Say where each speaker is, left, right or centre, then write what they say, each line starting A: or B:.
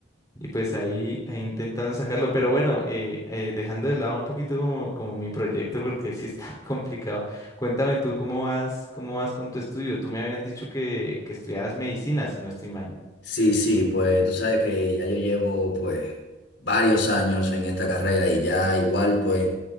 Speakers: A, on the left (about 15°); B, on the left (about 60°).
A: Y pues ahí, ahí intentando sacarlo, pero bueno, eh, eh, dejando de lado un poquito como, como mi proyecto, porque sí está <laughs> complicado. Cuéntame tú cómo vas, cómo vas con tu estudio. Tú me habías dicho que, que estudiabas medicina, si no estoy mal.
B: Sí, sí, pues tú sabes que ya yo llevo pues varios años en esta carrera y ya igual pues